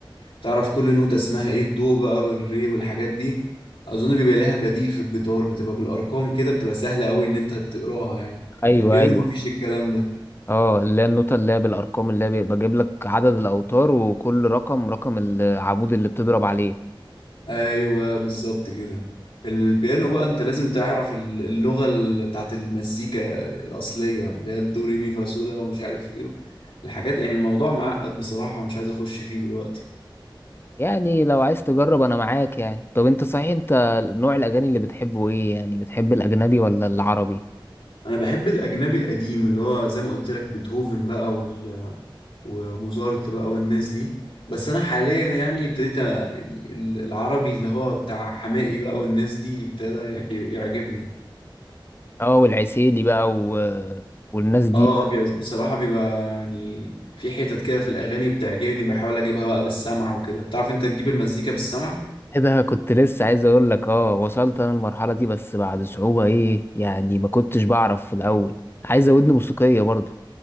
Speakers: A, on the left; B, on the left.
A: تعرف كل نوتة اسمها ايه الدو بقى والري والحاجات دي اظن بيبقى لها بديل في الجيتار بتبقى بالارقام كده بتبقى سهلة قوي ان انت تقراها يعني
B: ايوه
A: البيانو
B: ايوه
A: مفيش الكلام ده
B: اه اللي هي النوتة اللي هي بالارقام اللي هي بيبقى جايب لك عدد الاوتار وكل رقم رقم العمود اللي بتضرب عليه
A: ايوه بالظبط كده البيانو بقى انت لازم تعرف ال- اللغه ال- بتاعت المزيكا الاصليه اللي هي الدو ري مي فا صول لا ومش عارف ايه الحاجات يعني الموضوع معقد بصراحه ومش عايز اخش فيه دلوقتي
B: يعني لو عايز تجرب انا معاك يعني طب انت صحيح انت نوع الاغاني اللي بتحبه ايه يعني بتحب الاجنبي ولا العربي
A: انا بحب الاجنبي القديم اللي هو زي ما قلت لك بيتهوفن بقى وال- وموزارت بقى والناس دي بس انا حاليا يعني ابتديت أ- يعني ال- العربي اللي هو بتاع حماقي بقى والناس دي ابتدى يعجب- يعجبني
B: اه والعسيلي بقى و... والناس دي
A: اه اه بي- بصراحة بيبقى يعني في حتت كده في الأغاني بتعجبني بحاول أجيبها بقى بالسمع وكده بتعرف أنت تجيب المزيكا بالسمع؟
B: ايه ده كنت لسه عايز اقول لك اه وصلت انا المرحله دي بس بعد صعوبه ايه يعني ما كنتش بعرف في الاول عايز ودن موسيقيه برضو